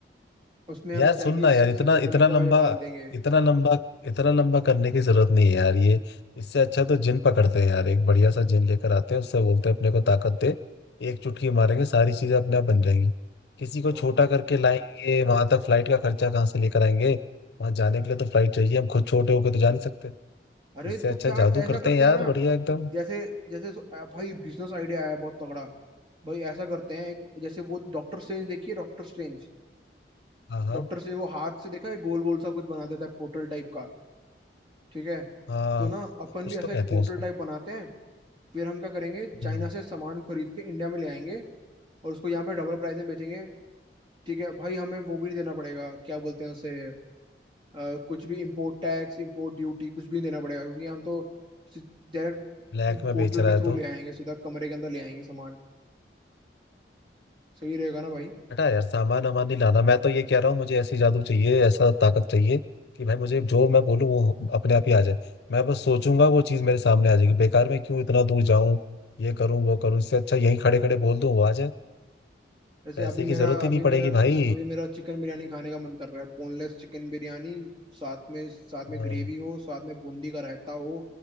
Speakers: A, on the right (about 30°); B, on the left (about 70°).
A: उसमें
B: यार
A: हम चाइनीज
B: सुन ना यार
A: किसी
B: इतना
A: कंपनी
B: इतना
A: का
B: लंबा
A: ये डाल देंगे
B: इतना लंबा इतना लंबा करने की जरूरत नहीं है यार ये इससे अच्छा तो जिन पकड़ते हैं यार एक बढ़िया सा जिन लेकर आते हैं उससे बोलते हैं अपने को ताकत दे एक चुटकी मारेंगे सारी चीजें अपने आप बन जाएंगी किसी को
A: हाँ
B: छोटा करके लाएंगे वहां तक फ्लाइट का खर्चा कहाँ से लेकर आएंगे वहां जाने के लिए तो फ्लाइट चाहिए हम खुद छोटे होके तो जा नहीं सकते
A: अरे
B: इससे अच्छा
A: तो क्या
B: जादू
A: ऐसा
B: करते
A: करते
B: हैं यार
A: हैं ना
B: बढ़िया एकदम
A: जैसे जैसे सो- आ, भाई बिजनेस आइडिया आया है बहुत तगड़ा भाई ऐसा करते हैं एक जैसे वो डॉक्टर स्ट्रेंज देखिए डॉक्टर स्ट्रेंज
B: हाँ हाँ
A: डॉक्टर स्ट्रेंज वो हाथ से देखा है गोल गोल सा कुछ बना देता है पोर्टल टाइप का ठीक है
B: हाँ
A: तो ना अपन
B: कुछ
A: भी ऐसा
B: तो कहते
A: एक पोर्टल
B: हैं उसको
A: टाइप बनाते हैं फिर हम क्या करेंगे चाइना
B: हम्म
A: से सामान खरीद के इंडिया में ले आएंगे और उसको यहाँ पे डबल प्राइस में बेचेंगे ठीक है भाई हमें वो भी नहीं देना पड़ेगा क्या बोलते हैं उसे अ, कुछ भी इम्पोर्ट टैक्स इम्पोर्ट ड्यूटी कुछ भी नहीं देना पड़ेगा क्योंकि हम तो डायरेक्ट
B: ब्लैक में
A: पोर्टल
B: बेच रहा
A: के थ्रू
B: है तो
A: ले आएंगे सीधा कमरे के अंदर ले आएंगे सामान सही रहेगा ना भाई
B: हटा यार सामान वामान नहीं लाना मैं तो ये कह रहा हूँ मुझे ऐसी जादू चाहिए ऐसा ताकत चाहिए कि भाई मुझे जो मैं बोलूँ वो अपने आप ही आ जाए मैं बस सोचूंगा वो चीज मेरे सामने आ जाएगी बेकार में क्यों इतना दूर जाऊं ये करूं वो करूं इससे अच्छा यहीं खड़े खड़े बोल दूं वो आ जाए
A: जैसे
B: पैसे
A: अभी मेरा
B: की जरूरत ही
A: अभी
B: नहीं पड़ेगी
A: मेरा ना
B: भाई
A: अभी मेरा चिकन बिरयानी खाने का मन कर रहा है बोनलेस चिकन बिरयानी साथ में साथ में
B: हाँ,
A: ग्रेवी हो साथ में बूंदी का रायता हो